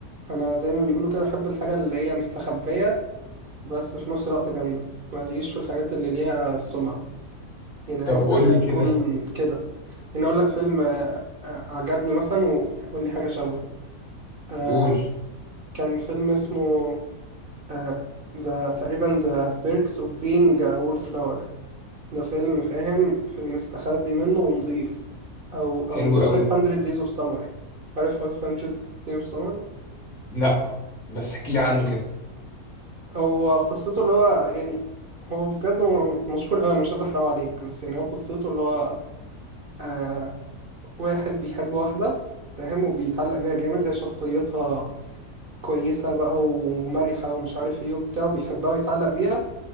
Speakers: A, on the right (about 50°); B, on the left (about 75°).
A: انا زي ما بيقولوا كده بحب الحاجه اللي هي مستخبيه بس في نفس الوقت جامده ماليش في الحاجات اللي ليها سمعه يعني عايز
B: طب قول
A: حاجه
B: لي كده
A: تكون كده يعني اقول لك فيلم آه، آه، عجبني مثلا وقول لي حاجه شبهه آه،
B: قول
A: كان فيلم اسمه آه ذا تقريبا ذا بيركس اوف بينج وول فلاور ده فيلم فاهم فيلم مستخبي منه ونظيف او او
B: حلو قوي
A: 500 days of summer عارف 500 days of summer
B: لا بس احكي لي عنه كده
A: هو قصته اللي هو يعني هو بجد م- مشهور أوي أنا مش عايز أحرقه عليك بس يعني هو قصته اللي هو آه واحد بيحب واحدة فاهم وبيتعلق بيها جامد هي شخصيتها كويسة بقى ومرحة ومش عارف ايه وبتاع وبيحبها ويتعلق بيها